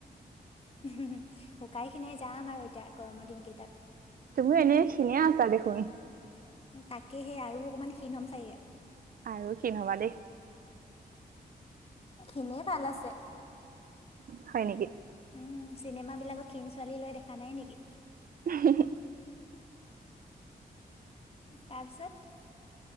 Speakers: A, on the left; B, on the right.
A: হু হু শুকাই খিনাই যাম আৰু এতিয়া গৰমৰ দিন কেইটাত
B: তুমিও এনেই ক্ষীনেই আছা দেখোন
A: তাকে সে আৰু অকমান ক্ষীণ হ'ম চাগে
B: আৰু ক্ষীণ হবা দেই
A: ক্ষীনেই ভাল আছে
B: হয় নেকি
A: উম চিনেমাবিলাকত ক্ষীণ ছোৱালী লয় দেখা নাই নেকি
B: উহ্ম
A: তাৰপিছত